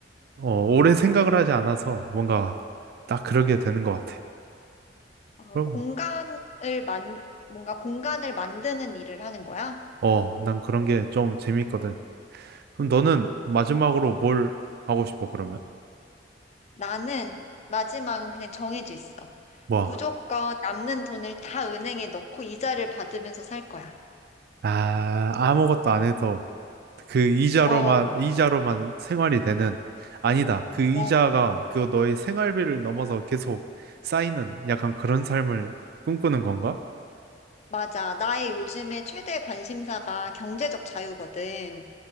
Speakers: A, on the right; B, on the left.
A: 어, 오래 생각을 하지 않아서 뭔가 딱 그러게 되는 것 같아.
B: 아,
A: 그럼,
B: 공간을 만, 뭔가 공간을 만드는 일을 하는 거야?
A: 어, 난 그런 게 좀 재밌거든. 그럼 너는 마지막으로 뭘 하고 싶어, 그러면?
B: 나는 마지막은 그냥 정해져 있어.
A: 뭐,
B: 무조건 남는 돈을 다 은행에 넣고 이자를 받으면서 살 거야.
A: 아, 아무것도 안 해도 그 이자로만,
B: 어.
A: 이자로만 생활이 되는, 아니다. 그 이자가
B: 어,
A: 그 너의 생활비를 넘어서 계속 쌓이는 약간 그런 삶을 꿈꾸는 건가?
B: 맞아. 나의 요즘에 최대 관심사가 경제적 자유거든.